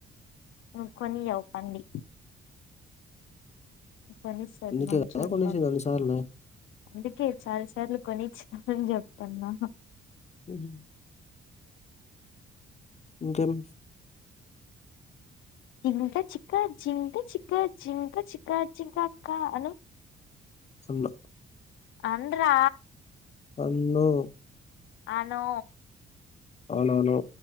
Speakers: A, on the left; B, on the left.
A: నువ్వు కొనియ్యవు పంది కొనిస్తడు
B: నీకే
A: మంచోడు
B: కదా కొనేసింది
A: పా
B: అన్నిసార్లు
A: అందుకే చాలా సార్లు కొనిచ్ ఆహా నేను చెప్పనా
B: మ్ హు ఇకెం
A: జింక చిక జింక చిక జింక చిక జికాక అను
B: అన్న
A: ఆండ్ర
B: అన్ను
A: అను
B: అనను